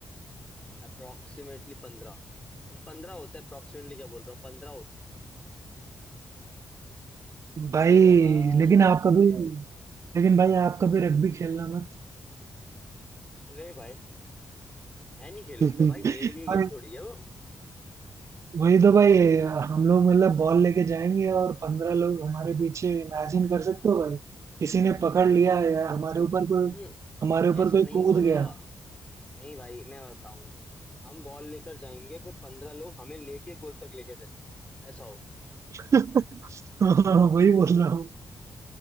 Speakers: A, on the left (about 20°); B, on the right (about 50°).
A: अप्रोक्सीमेटली पंद्रह मतलब पंद्रह होते हैं अप्रोक्सीमेटली क्या बोल रहा हूँ पंद्रह होते हैं
B: भाई
A: देखा भाई
B: लेकिन आप
A: दे-
B: कभी लेकिन भाई आप कभी रग्बी खेलना मत
A: ले भाई मैं नहीं खेलूंगा
B: <laughs>
A: भाई मेरे लिए गेम
B: भाई
A: थोड़ी है वो
B: वही तो भाई हम लोग मतलब बॉल लेके जाएंगे और पंद्रह लोग हमारे पीछे इमेजिन कर सकते हो भाई किसी
A: नहीं
B: ने पकड़
A: भाई
B: लिया या हमारे ऊपर कोई
A: हम्म
B: हमारे ऊपर
A: ऐसा
B: कोई
A: नहीं
B: कूद
A: होगा
B: गया
A: नहीं भाई मैं बताऊं हम बॉल लेकर जाएंगे फिर पंद्रह लोग हमें लेके गोल तक लेकर जाएंगे ऐसा होगा
B: <laughs> वही बोल रहा हूँ